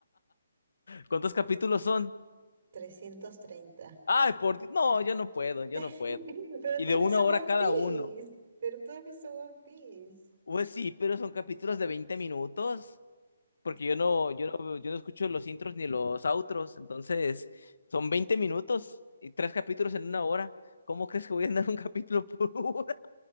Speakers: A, on the left; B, on the right.
A: ¿Cuántos capítulos son?
B: 330.
A: Ay, por Dios. No, yo no puedo, yo
B: <laughs>
A: no puedo.
B: Pero
A: Y
B: tú
A: de
B: has
A: una
B: visto
A: hora
B: One
A: cada
B: Piece.
A: uno.
B: Pero tú has visto One Piece.
A: Pues sí, pero son capítulos de 20 minutos. Porque yo
B: Que
A: no, yo no, yo no escucho los intros ni los outros. Entonces, son 20 minutos y tres capítulos en una hora. ¿Cómo crees que voy a andar un capítulo <laughs> por uno?